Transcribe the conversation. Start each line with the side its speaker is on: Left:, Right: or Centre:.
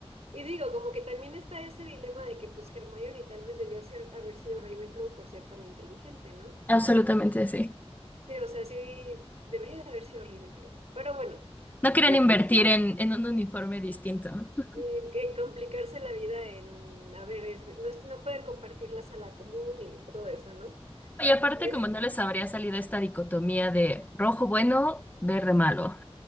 Right: y digo, como que también está ese dilema de que pues Hermione tal vez debió ser, haber sido Ravenclaw por ser tan inteligente, ¿no?
Left: <laughs> absolutamente sí.
Right: Sí, o sea, sí debería de haber sido Ravenclaw. Pero bueno,
Left: No
Right: <laughs>
Left: quieren invertir en, en un uniforme distinto. ¿no? <laughs>
Right: eh, en complicarse la vida en, a ver, es- no, es- no pueden compartir la sala común y todo eso, ¿no?
Left: Y aparte,
Right: <laughs>
Left: como no les habría salido esta dicotomía de rojo bueno, verde malo.